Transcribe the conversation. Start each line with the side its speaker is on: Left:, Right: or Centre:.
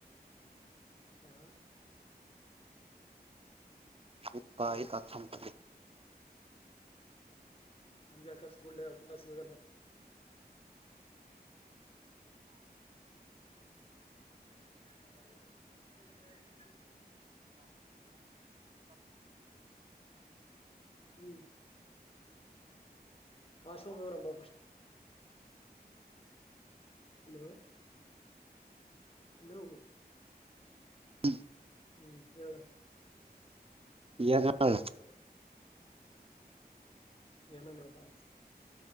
Left: ಹಾ
Right: ಇತ ಆಯ್ತಾ ಚಂತ
Left: ನನ್ಗೆ ಯಕಷ್ಟಡ್ ಕ್ಲಾಸಲ್ಲ ಅಭಿನಂದ ಬರು ಬರಿಗೆ ಹ್ಮ್ ಶವ ರಂಬಷ ಹಲೋ ಅಲ್ಲ ಹೋಗ
Right: ಹ್ಮ್
Left: ಹ್ಮ್ ಹೇಳ
Right: ಎಾಗಳ
Left: ಏನ್ಣಪಾ